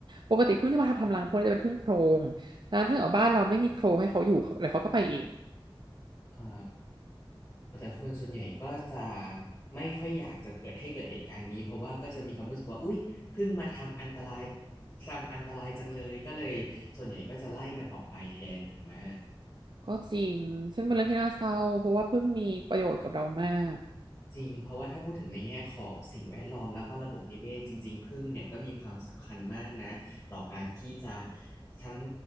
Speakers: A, on the right; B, on the left.
A: ปกติผึ้งที่มาทำรังพวกนี้จะเป็นผึ้งโพรงแล้วถ้าเกิดว่าบ้านเราไม่มีโพรงให้เขาอยู่เขาเดี๋ยวเขาก็ไปเอง
B: อ่าแต่คนส่วนใหญ่ก็จะไม่ค่อยอยากจะเกิดให้เกิดเหตุการณ์นี้เพราะว่าก็จะมีความรู้สึกว่าอุ๊ยเพิ่งมาทำอันตรายสร้างอันตรายจังเลยก็เลยส่วนใหญ่ก็จะไล่มันออกไปแทนถูกไหม
A: ก็จริง ซึ่งเป็นเรื่องที่น่าเศร้าเพราะว่าเพิ่งมีประโยชน์กับเรามาก
B: จริงเพราะว่าถ้าพูดถึงในแง่ของสิ่งแวดล้อมแล้วก็ระบบนิเวศจริงๆผึ้งเนี่ยก็มีความสำคัญมากนะต่อการที่จะทั้ง